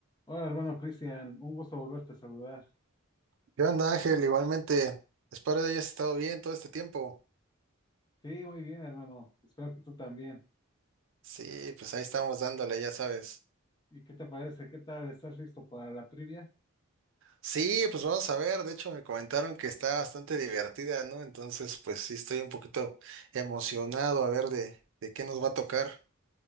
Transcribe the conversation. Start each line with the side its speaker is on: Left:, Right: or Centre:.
Left: Hola, hermano Cristian, un gusto volverte a saludar.
Right: ¿Qué onda, Ángel? Igualmente, espero que hayas estado bien todo este tiempo.
Left: Sí, muy bien, hermano. Espero que tú también.
Right: Sí, pues ahí estamos dándole, ya sabes.
Left: ¿Y qué te parece? ¿Qué tal? ¿Estás listo para la trivia?
Right: Sí, pues vamos a ver, de hecho me comentaron que está bastante divertida, ¿no? Entonces, pues sí, estoy un poquito emocionado a ver de, de qué nos va a tocar.